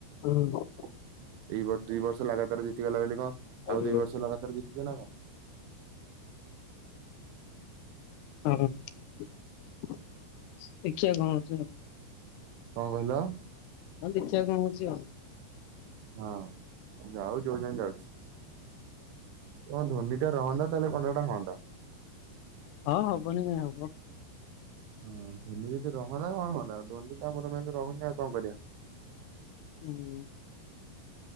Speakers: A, on the left; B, on the right.
A: ହଁ।
B: <inaudible> ଏଇ ବ ଦୁଇ ବର୍ଷ ଲଗାତାର ଜିତିଗଲା ବୋଲି କଣ
A: ହଁ ଦେଖିବା
B: ଆଉ ଦୁଇ ବର୍ଷ ଲଗାତାର ଜି <unintelligible>
A: ଓହୋ ଦେଖିଆ କଣ ହଉଚି।
B: କଣ କହିଲ?
A: ମୁକଇନି ଦେଖିଆ କଣ ହଉଚି ଆଉ।
B: ହଁ ଯାଉ ଯଉଁଯାଏ ଯାଉଛି। ହଁ ଧୋନିଟା ରହନ୍ତା ତାହେଲେ କଣଗୋଟେ ହଅନ୍ତା।
A: ହଁ ହବନି କାଇଁ ହବ।
B: ହଁ ଧୋନି ଯଦି ରହନ୍ତା କଣ ହଅନ୍ତା ଧୋନିଟା ଆମର ମେନ୍‌ ରହୁନି ଆଉ କଣ କରିବା।
A: ହୁଁ